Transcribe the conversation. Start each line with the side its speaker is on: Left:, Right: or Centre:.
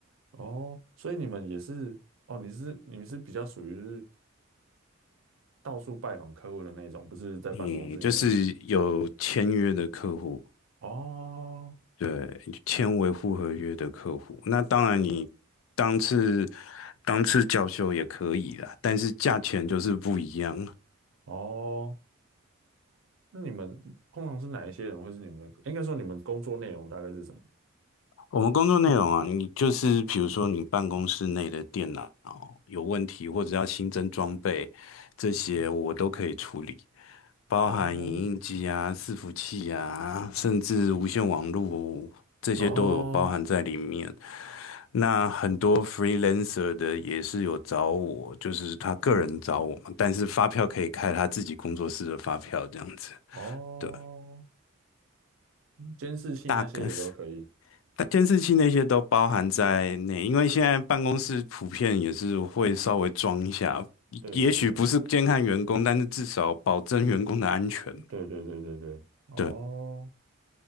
Right: 哦，所以你们也是哦，你是你们是比较属于是到处拜访客户的那一种，不是在办公室里面的。
Left: 你就是有签约的客户，
Right: 哦
Left: 对，签维护合约的客户，那当然你当次当次叫修也可以啦，但是价钱就是不一样。
Right: 哦，那你们通常是哪一些人，或是你们的，应该说你们工作内容大概是什么？
Left: 我们工作内容啊，你就是比如说你办公室内的电脑有问题，或者要新增装备，这些我都可以处理，
Right: 哦
Left: 包含影印机啊、
Right: 哦
Left: 伺服器啊，甚至无线网络这些都有包含在里面。
Right: 哦
Left: 那很多
Right: 哦
Left: freelancer 的也是有找我，就是他个人找我嘛，但是发票可以开他自己工作室的发票这样子。
Right: 哦，
Left: 对，
Right: 监视器那些也都可以。
Left: 大概那监视器那些都包含在内，因为现在办公室普遍也是会稍微装一下，也也许不是监看员工，
Right: 对对对
Left: 但是至少保证员工的安全。
Right: 对对对对对，哦
Left: 对，